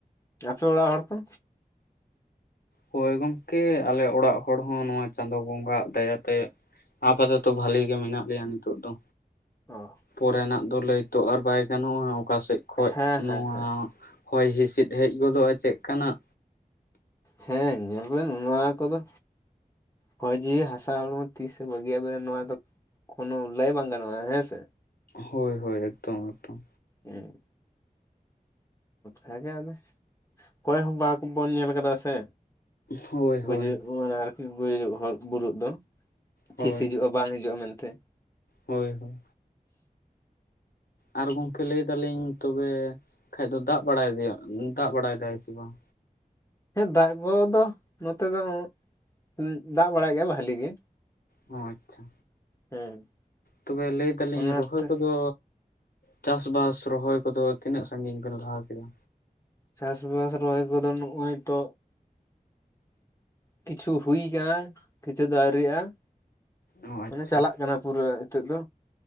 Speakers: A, on the left (about 20°); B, on the left (about 85°).
A: ᱟᱯᱮ ᱚᱲᱟᱜ ᱦᱚᱲ ᱠᱚᱼᱼ
B: ᱦᱚᱭ ᱜᱚᱢᱠᱮ ᱟᱞᱮ ᱚᱲᱟᱜ ᱦᱚᱲ ᱦᱚᱸ ᱱᱚᱣᱟ ᱪᱟᱸᱫᱳ ᱵᱚᱸᱜᱟ ᱦᱟᱜ ᱫᱟᱭᱟ ᱛᱮᱼᱼ ᱟᱯᱟᱫᱚᱛᱚ ᱵᱷᱟᱞᱤ ᱜᱮ ᱢᱮᱱᱟᱜ ᱞᱮᱭᱟ ᱱᱤᱛᱚᱜ ᱫᱚ
A: ᱚᱼᱼ
B: ᱯᱚᱨᱮᱱᱟᱜ ᱫᱚ ᱞᱟᱹᱭ ᱛᱚ ᱟᱨ ᱵᱟᱭ ᱜᱟᱱᱚᱜᱼᱟ ᱚᱠᱟ ᱥᱮᱫ ᱠᱷᱚᱡ
A: ᱦᱮᱸ
B: ᱱᱚᱣᱟᱼᱼ
A: ᱦᱮᱸ ᱦᱮᱸ
B: ᱦᱚᱭ ᱦᱤᱸᱥᱤᱫ ᱦᱮᱡ ᱜᱚᱫᱚᱜᱼᱟ ᱪᱮᱫ ᱠᱟᱱᱟᱜ
A: ᱦᱮᱸ ᱧᱮᱞ ᱵᱮᱱ ᱱᱚᱣᱟ ᱠᱚᱫᱚᱼᱼ ᱦᱚᱭ ᱡᱤᱣᱤ ᱦᱟᱥᱟ ᱦᱚᱲᱢᱚ ᱛᱤᱥᱮ ᱵᱟᱜᱤ <unintelligible> ᱱᱚᱣᱟ ᱫᱚᱼᱼ ᱠᱳᱱᱳ ᱞᱟᱹᱭ ᱵᱟᱝ ᱜᱟᱱᱚᱜᱼᱟ, ᱦᱮᱸ ᱥᱮ?
B: ᱦᱳᱭ ᱦᱳᱭ ᱮᱠᱫᱚᱢ ᱮᱠᱫᱚᱢ᱾
A: ᱦᱩᱸ᱾ ᱵᱷᱟᱜᱮ ᱟᱞᱮ ᱚᱠᱚᱭ ᱦᱚᱸ ᱵᱟᱠᱵᱚᱱ ᱧᱮᱞ ᱟᱠᱟᱫᱟ ᱥᱮ᱾
B: ᱦᱳᱭ
A: ᱜᱩᱡᱩᱜ
B: ᱦᱳᱭ
A: ᱢᱟᱱᱮ ᱟᱨᱠᱤ ᱜᱩᱡᱩᱜ ᱦᱚᱜ ᱵᱩᱨᱩᱜ ᱫᱚ᱾
B: ᱦᱳᱭ
A: ᱛᱤᱥ ᱦᱤᱡᱩᱜᱼᱟ ᱵᱟᱝ ᱦᱤᱡᱩᱜᱼᱟ ᱢᱮᱱᱛᱮ᱾
B: ᱦᱳᱭ ᱦᱳᱭ ᱟᱨ ᱜᱚᱝᱠᱮ ᱞᱟᱹᱭ ᱫᱟᱞᱤᱧ ᱛᱚᱵᱮ ᱠᱷᱟᱱᱴᱡ ᱫᱚ ᱫᱟᱜ ᱵᱟᱲᱟᱭ ᱫᱚ ᱫᱟᱜ ᱵᱟᱲᱟᱭ ᱫᱟᱭ ᱥᱮ ᱵᱟᱝ?
A: ᱦᱮᱸ ᱫᱟᱜ ᱠᱚ ᱫᱚ ᱱᱚᱛᱮ ᱫᱚ ᱩᱸ ᱫᱟᱜ ᱵᱟᱲᱟᱭ ᱜᱮᱭᱟ ᱵᱟᱹᱞᱮ ᱜᱮ᱾
B: ᱚ ᱟᱪᱪᱷᱟ᱾
A: ᱦᱮᱸ᱾
B: ᱛᱚᱵᱮ ᱞᱟᱹᱭ ᱫᱟᱞᱤᱧ
A: ᱚᱱᱟᱛᱮ
B: ᱨᱚᱦᱚᱭ ᱠᱚᱫᱚ ᱪᱟᱥ ᱵᱟᱥ ᱨᱚᱦᱚᱭ ᱠᱚᱫᱚ ᱛᱤᱱᱟᱹᱜ ᱥᱟᱜᱤᱧ ᱵᱤᱱ ᱞᱟᱦᱟ ᱠᱮᱫᱟ?
A: ᱪᱟᱥ ᱵᱟᱥ ᱨᱚᱦᱚᱭ ᱠᱚᱫᱚ ᱱᱚᱜᱼᱚᱭ ᱛᱚ ᱠᱤᱪᱷᱩ ᱦᱩᱭ ᱠᱟᱱᱟ ᱠᱤᱪᱷᱩ ᱫᱚ ᱟᱹᱣᱨᱤᱭᱟᱜᱼᱟ᱾
B: ᱚ
A: ᱢᱟᱱᱮ
B: ᱟᱪᱪᱷᱟ
A: ᱪᱟᱞᱟᱜ ᱠᱟᱱᱟ ᱯᱩᱨᱟᱹ ᱦᱤᱛᱳᱜ ᱫᱚ᱾